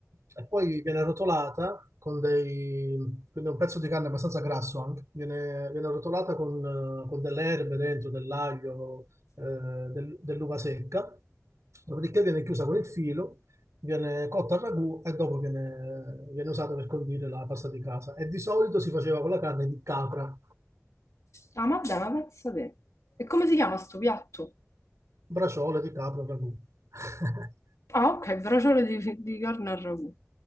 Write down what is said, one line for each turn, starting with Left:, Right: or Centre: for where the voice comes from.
Right: E, poi viene rotolata con dei... quindi è un pezzo di carne abbastanza grasso anche. Viene, viene rotolata con, eh, con delle erbe dentro, dell'aglio, eh, del- dell'uva secca. Dopodiché viene chiusa con il filo, viene cotta al ragù e dopo viene, viene usata per condire la pasta di casa. E di solito si faceva con la carne di capra,
Left: Ah, ma dai, ma pensa te. E come si chiama sto piatto?
Right: braciole di capra al ragù. <laughs>
Left: Ah, ok, braciole di, di carne al ragù.